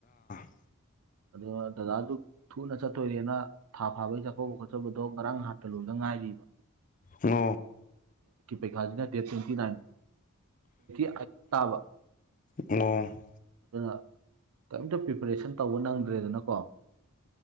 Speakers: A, on the left; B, on the right.
A: ꯎꯝ
B: ꯑꯗꯨꯒ ꯗꯗꯥꯁꯨ ꯊꯨꯅ ꯆꯠꯇꯣꯏꯔꯦꯅ ꯊꯥ ꯐꯥꯕꯒꯤ ꯆꯥꯛꯀꯧꯕ ꯈꯣꯠꯆꯧꯕꯗꯣ ꯉꯔꯥꯡ ꯍꯥꯥꯟꯠꯇ ꯂꯣꯝꯗ ꯉꯥꯏ ꯔꯤꯕ
A: ꯍ
B: ꯄꯩ ꯈꯥꯖꯤꯅ ꯗꯦ ꯇ꯭ꯋꯦꯟꯇꯤꯟ ꯇ ꯇꯥꯕ
A: ꯑ
B: ꯑꯗꯨꯅ ꯀꯩꯝꯇ ꯄ꯭ꯔꯤꯄꯦꯔꯦꯁꯟ ꯇꯧꯕ ꯅꯪꯗ꯭ꯔꯦꯗꯅꯀꯣ